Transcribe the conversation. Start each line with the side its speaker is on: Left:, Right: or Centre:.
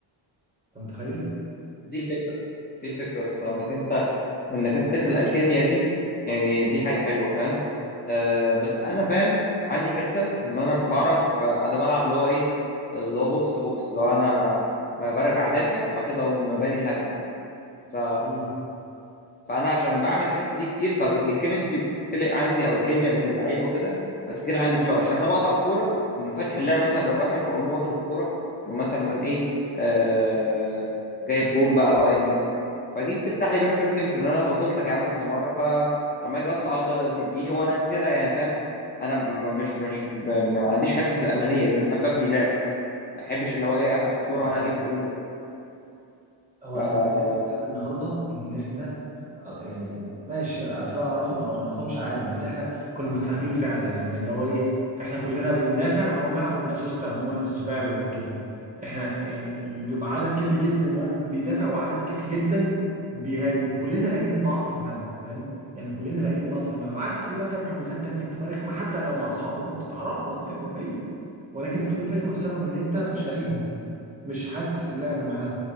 Right: انت متخيل؟
Left: دي الفكره دي الفكره بس
Right: مم.
Left: انك انت انك انت تخلق الكيمياء دي يعني دي حاجه حلوه فاهم آه بس انا فاهم عندي حته ان انا بعرف آه، انا بلعب اللي هو ايه اللي هو بوكس تو بوكس اللي هو انا ب- برجع دافع بعد كده اقوم باني الهجمه ف
Right: مم.
Left: فانا عشان بعمل الحته دي كتير فالكيمستري بتتخلق عندي او الكيمياء بين اللعيبه وكده بتتخلق عندي بسرعه عشان انا بقطع الكوره وفاتح اللعب مثلا لواحد فاقوم واخد الكوره يقوم مثلا ايه آه جايب جون بقى او ايا يكن فدي بتفتح لي فاهم شويه كيمستري ان انا بصيت لك يا عم كذا مره فلما اجي اطلع ت- تديني وانا كده كده يعني فاهم انا م- مش مش ب- ما عنديش حته الانانيه دي انا بحب ابني لعب ما بحبش اللي هو ايه
Right: هو
Left: اخد الكوره
Right: هو فعلا
Left: وانا اجيب جون
Right: هو
Left: آه،
Right: اللي عجبني في اللعبه النهارده ان احنا على- يعني ماشي سواء اعرفهم او ما اعرفهمش عادي بس احنا كنا متفاهمين فعلا يعني اللي هو ايه احنا كلنا بندافع هو الملعب بيبقى سوستة عموما في السباعي وكده احنا يعني بيبقى عدد كافي جدا واقف بيدافع وعدد كافي جدا بيهاجم وكلنا لاقيين بعض في الملعب فاهم يعني كلنا لاقيين بعض في الملعب عكس مثلا حجوزات تانية بتبقى رخمة حتى لو مع اصحابك وانت تعرفهم 100% ولكن بتكون رخمة بسبب ان انت مش لاقيهم مش حاسس اللعب معاهم